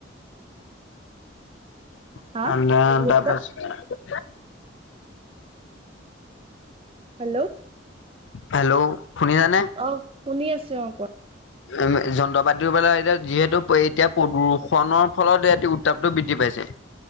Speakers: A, on the left; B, on the right.
A: তাৰপাছত
B: হা কি কৈছা হেল্ল'
A: হেল্ল' শুনিছানে?
B: অ শুনি আছো অ কোৱা।
A: উম যন্ত্ৰপাতি পৰা এতিয়া যিহেতু এতিয়া প্ৰদূষণৰ ফলত এ উত্তাপটো বৃদ্ধি পাইছে।